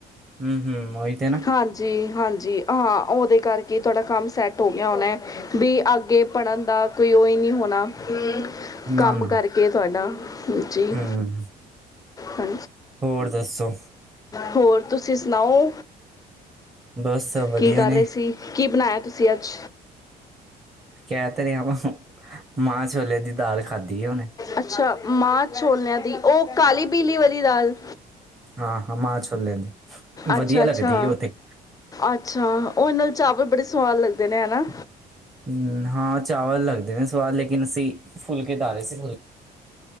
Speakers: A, on the right; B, on the left.
A: ਹਮ ਹਮ ਉ ਹੀ ਤੇ ਨਾ
B: ਹਾਂਜੀ, ਹਾਂਜੀ ਹਾਂ ਉਹਦੇ ਕਰਕੇ ਤੁਹਾਡਾ ਕੰਮ ਸੈੱਟ ਹੋ ਗਿਆ ਹੋਣਾ ਵੀ ਅੱਗੇ ਪੜ੍ਹਨ ਦਾ ਕੋਈ ਉਹ ਹੀ ਨਹੀਂ ਹੋਣਾ। ਕੰਮ
A: ਨਾ ਨਾ
B: ਕਰਕੇ ਤੁਹਾਡਾ ਹਾਂਜੀ।
A: ਹੂੰ
B: ਹਾਂ
A: ਹੋਰ ਦੱਸੋ
B: <unintelligible> ਹੋਰ ਤੁਸੀਂ ਸੁਣਾਓ?
A: ਬਸ ਵਧੀਆ
B: ਕੀ ਕਰ
A: ਨੇ।
B: ਰਹੇ ਸੀ ਕੀ ਬਣਾਇਆ ਤੁਸੀਂ ਅੱਜ?
A: ਕਹਿ ਤੇ ਰਿਹਾ ਵਾਂ ਮਾਂਹ ਛੋਲੇ ਦੀ ਦਾਲ ਖਾਧੀ ਹੈ ਉਹਨੇ
B: ਅੱਛਾ। ਮਾਂ ਛੋਲਿਆਂ ਦੀ ਉਹ ਕਾਲੀ ਪੀਲੀ ਵਾਲੀ ਦਾਲ
A: ਹਾਂ ਹਾਂ ਮਾਹ ਛੋਲਿਆ ਦੀ
B: ਅੱਛਾ
A: ਵਧੀਆ
B: ਅੱਛਾ
A: ਲੱਗਦੀ ੳਤੇ
B: ਅੱਛਾ ਉਹ ਨਾਲ ਚਾਵਲ ਬੜੇ ਸਵਾਦ ਲੱਗਦੇ ਨੇ ਹੈ ਨਾ।
A: ਹਮ, ਹਾਂ ਚਾਵਲ ਲੱਗਦੇ ਨੇ ਸਵਾਦ ਲੇਕਿਨ ਅਸੀਂ ਫੁਲਕੇ ਤਾਰੇ ਸੀ